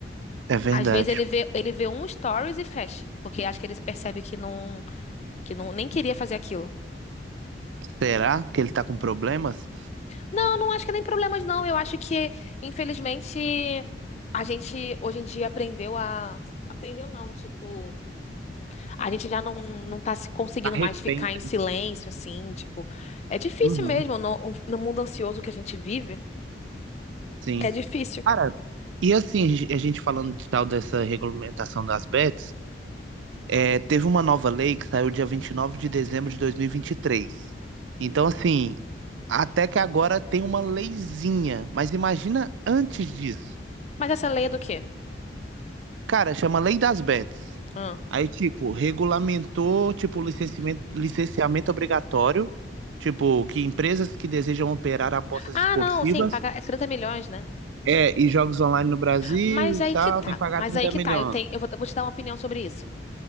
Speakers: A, on the right (about 85°); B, on the left (about 35°).
A: é verdade.
B: Às vezes ele vê, ele vê um stories e fecha, porque acho que ele percebe que não, que não, nem queria fazer aquilo.
A: Será que ele tá com problemas?
B: Não, não acho que é nem problemas, não. Eu acho que, infelizmente, a gente hoje em dia aprendeu a. Aprendeu não, tipo. A gente já não, não tá se conseguindo
A: Tá refém,
B: mais ficar em
A: né?
B: silêncio, assim, tipo. É difícil
A: Uhum,
B: mesmo, no, um, no mundo ansioso que a gente vive,
A: sim.
B: é difícil.
A: Cara, e assim, a gente falando de tal dessa regulamentação das bets, É, teve uma nova lei que saiu dia 29 de dezembro de dois mil e e vinte e três Então, assim, até que agora tem uma leizinha, mas imagina antes disso.
B: Mas essa lei é do quê?
A: Cara, chama Lei das Bets.
B: Hum.
A: Aí, tipo, regulamentou, tipo, licenciamento, licenciamento obrigatório, tipo, que empresas que desejam operar apostas
B: Ah,
A: esportivas
B: não, sim, paga é 30 milhões, né?
A: é, e jogos online no Brasil
B: Mas aí
A: e tal,
B: que tá.
A: tem que pagar
B: Mas
A: 30
B: aí que
A: milhões.
B: tá. Eu tenho, eu vou, vou te dar uma opinião sobre isso.